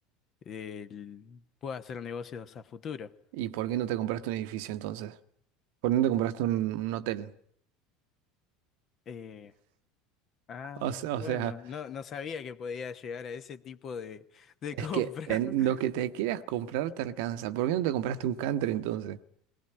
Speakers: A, on the left; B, on the right.
A: eh, l- puedo hacer negocios a futuro.
B: ¿Y por qué no te compraste un edificio entonces? ¿Por dónde compraste un, un hotel?
A: Eh, ah,
B: O sea, o
A: bueno.
B: sea,
A: No, no sabía que podía llegar a ese tipo de, de
B: es
A: compra.
B: que en
A: <laughs>
B: lo que te quieras comprar te alcanza. ¿Por qué no te compraste un country entonces?